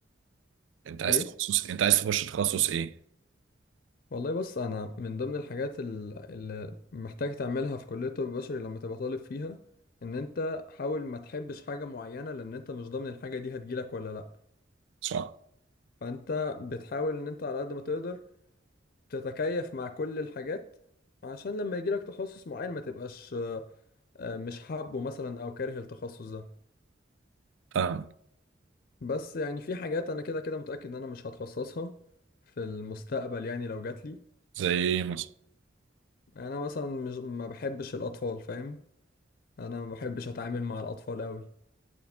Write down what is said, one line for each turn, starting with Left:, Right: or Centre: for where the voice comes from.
Right: انت عايز
Left: ايه
Right: تخصص انت عايز تخش تخصص ايه؟
Left: والله بص انا من ضمن الحاجات ال- اللي محتاج تعملها في كلية الطب البشري لما تبقى طالب فيها ان انت حاول ما تحبش حاجة معينة لان انت مش ضامن الحاجة دي هتجيلك ولا لا
Right: صح؟
Left: فانت بتحاول ان انت على قد ما تقدر تتكيف مع كل الحاجات عشان لما يجيلك تخصص معين ما تبقاش آه، مش حابه مثلا او كاره التخصص ده
Right: فاهم
Left: بس يعني في حاجات انا كده كده متأكد ان انا مش هتخصصها في المستقبل يعني لو جاتلي
Right: زي ايه مثلا؟
Left: يعني انا مثلا مش ما بحبش الاطفال فاهم انا ما بحبش اتعامل مع الاطفال قوي